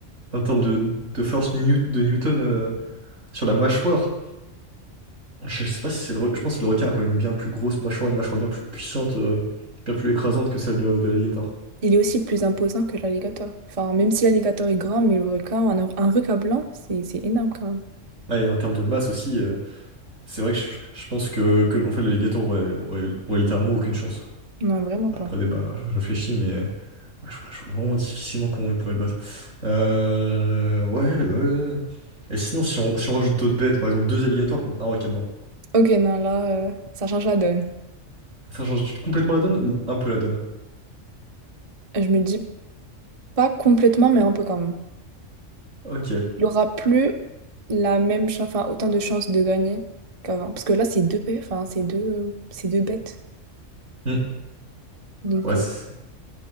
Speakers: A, on the right (about 85°); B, on the right (about 30°).
A: en termes de, de force New- de Newton euh, sur la mâchoire, je sais pas si c'est le. re- Je pense que le requin a quand même une bien plus grosse mâchoire, une mâchoire bien plus puissante, euh, bien plus écrasante que celle de, de l'alligator.
B: Il est aussi plus imposant que l'alligator. Enfin, même si l'alligator est grand, mais le requin, un, un requin blanc, c'est c'est énorme quand même.
A: Ouais, et en termes de masse aussi, euh, c'est vrai que je, je pense que, que en fait, l'alligator, ouais, ouais, ouais, littéralement aucune chance.
B: Non, vraiment
A: Après
B: pas.
A: débat, là, je je réfléchis, mais. Ouais, je vois, je vois vraiment difficilement comment ils pourraient le battre. Euh, ouais, ouais. ouais. Et sinon, si on, si on rajoute d'autres bêtes, par exemple deux alligators contre un requin blanc,
B: Ok, non, là, euh, ça change la donne.
A: ça change complètement la donne ou un peu la donne?
B: Je me dis pas complètement, mais un peu quand même.
A: Ok.
B: Il aura plus la même chance, enfin, autant de chances de gagner qu'avant. Parce que là, c'est deux, bê- enfin, c'est deux, euh, c'est deux bêtes.
A: Hmm.
B: Donc,
A: Ouais, c'est
B: euh,